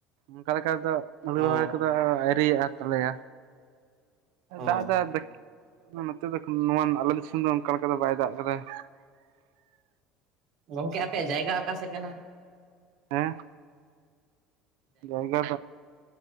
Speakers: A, on the right; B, on the right.
A: ᱚᱱᱠᱟ ᱞᱮᱠᱟ ᱫᱚ, ᱦᱩᱲᱩ
B: ᱚ
A: ᱨᱚᱦᱚᱭ ᱠᱚᱫᱚ ᱟ ᱟᱣᱨᱤᱭᱟᱜ ᱛᱟᱞᱮᱭᱟ᱾
B: ᱚ
A: ᱫᱟᱜ ᱫᱟᱭ <unintelligible> ᱱᱚᱛᱮ ᱫᱚ <unintelligible> ᱱᱚᱣᱟᱱ ᱟᱞᱮᱫᱚ ᱫᱤᱥᱚᱢ ᱫᱚ ᱚᱱᱠᱟ ᱞᱮᱠᱟ ᱫᱚ ᱵᱟᱭ ᱫᱟᱜ ᱠᱟᱫᱟᱭ᱾
B: ᱜᱚᱝᱠᱮ ᱟᱯᱮᱭᱟᱜ ᱡᱟᱭᱜᱟ ᱟᱠᱟᱥᱮᱜ ᱠᱟᱱᱟ?
A: ᱦᱮᱸ, ᱡᱟᱭᱜᱟ